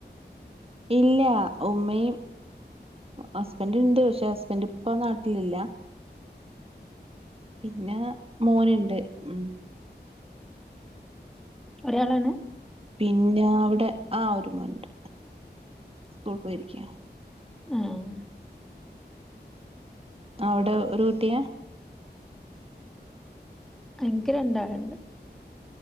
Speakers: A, on the right; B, in the centre.
A: ഇല്ല ഉമ്മയും ഹസ്ബൻറ് ഉണ്ട് പക്ഷെ ഹസ്ബൻഡ് ഇപ്പൊ നാട്ടിലില്ല പിന്നെ മോനുണ്ട് ഉം
B: ഒരാളാണ്
A: പിന്നെ അവിടെ ആ ഒരുമണ്ട് സ്കൂൾ പോയിരിക്കേ
B: ആഹ
A: അവിടെ ഒരു കുട്ടിയാ
B: എനിക്ക് രണ്ടാളാണ്ട്